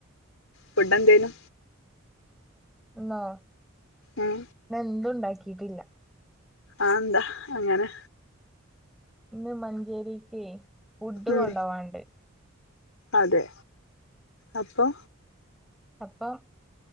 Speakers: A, on the left; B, in the centre.
A: ഫുഡ് എന്തേനു
B: ഇന്നോ
A: ഉം
B: ന്ന് എന്തുണ്ടാക്കിട്ടില്ല
A: ആന്താ അങ്ങനെ
B: ഇന്ന് മഞ്ചേരിക്കെ ഫുഡ്
A: ഉം
B: കൊണ്ടൊവാൻണ്ട്
A: അതെ അപ്പൊ
B: അപ്പം